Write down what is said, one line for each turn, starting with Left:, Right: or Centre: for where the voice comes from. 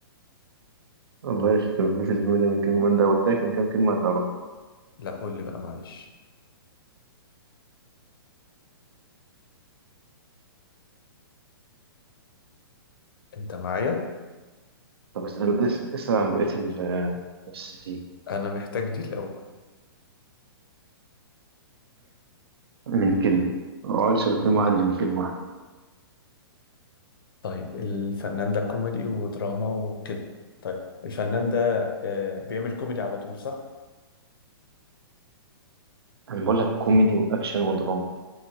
Right: الله يخرب بيت الفيلم ده من كام من ده وتاك من كام كلمة هتعرفها
Left: لا قول لي بقى معلش انت معايا
Right: طب اسأل اس- اسأل عن بقية ال- آه، الممثلين
Left: انا محتاج دي الاول
Right: من كلمة ما اقعدش غير كلمة واحدة من كلمة واحدة
Left: طيب الفنان ده كوميدي ودراما وكده طيب الفنان ده آه بيعمل كوميدي على طول صح
Right: أنا بقول لك كوميدي وأكشن ودراما